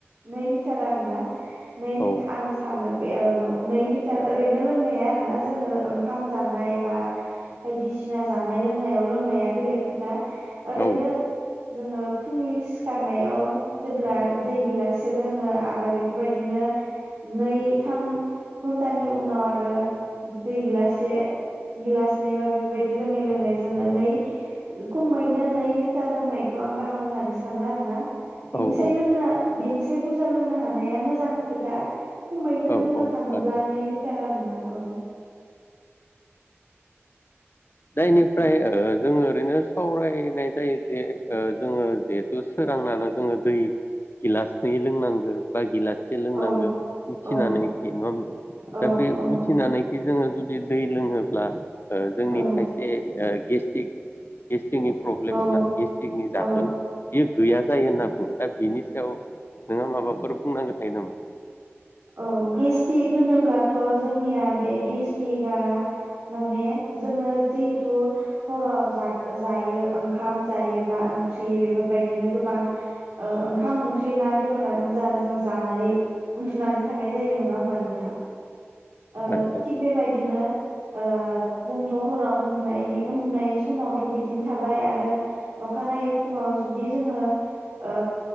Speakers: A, on the right (about 70°); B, on the left (about 55°).
A: नै लिटार आरो ना। नै लिट
B: औ
A: आङो। थाङो बे नै लिटार ओरैनो लोंनाया आरो ना जोङो ओंखाम जानाय बा बायदिसिना जानाय लोंनायाव लोंनाया बेलेग खोथा। ओरैनो
B: औ
A: जोङो फुंनि सिखारनायाव जेब्ला दै गिलाससे लोङो आरो बेफोरबायदिनो नै थाम घन्टानि उनाव आरो दै गिलासे गिलासनै बा बेफोरबायदि लोङै लोङै जोङो नै खमैनो नै लिटार लोंनायखौ आं गाहाम होननानै सानो आरो ना बेनिसाय
B: औ औ
A: लोबा बेनिसाय बुरजा लोंनो हानाया मोजां खोथा खमैनो
B: औ
A: बुंनो
B: औ
A: थाङोब्ला
B: आदसा
A: नै लिटार आरोना औ।
B: जायनिफ्राय ओ जोङो ओरैनो सावरायनाय जायो जे जोङो जिहेथु सोरांनानै जोङो दै गिलासनै लोंनांगो बा गिलास लोंनांगो
A: औ
B: उथिनानैखि
A: औ
B: नङा होमबा
A: औ
B: दा बे
A: औ नंगौ
B: उथिनानैखि जोङो जु जदि दै लोङोब्ला। ओ जोंनि
A: औ
B: गे ओ गेस्टिक। गेस्टिकनि प्रब्लेम
A: औ
B: ना गेसटिकनि
A: औ
B: जागोन बेयो गैया जायो होनना बुङो दा बिनि सायाव नोंहा माबाफोर बुंनांगौ थायो नामा?
A: औ गेस्टिक होनोब्लाथ' जोंनिया बे गेस्टिकआ माने जोङो जिहेथु हराव जा जायो ओंखाम जायो बा ओंख्रि बेफोरबायदिनो गोबां ओ ओंखाम ओंख्रि ना बेदरानो जा जों जानानै उन्दु दुनानै थानाय जायो नङा होमबा नोंथां? ओ
B: आदसा
A: थिग बेबायदिनो ओ जों थ' हराव उन्दुनायनि उन्दुनाय समावथ' बिदिनो थाबाय आरो अखानायै फुङाव जुदि जोङो ओ